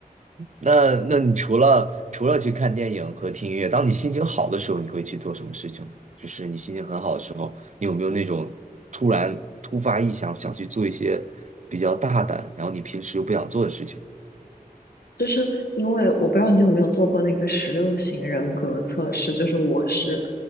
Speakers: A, on the right; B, on the left.
A: 那那你除了除了去看电影和听音乐，当你心情好的时候，你会去做什么事情呢？就是你心情很好的时候，你有没有那种突然突发异想想去做一些比较大胆，然后你平时又不想做的事情？
B: 就是因为我不知道你有没有做过那个十六型人格测试，就是我是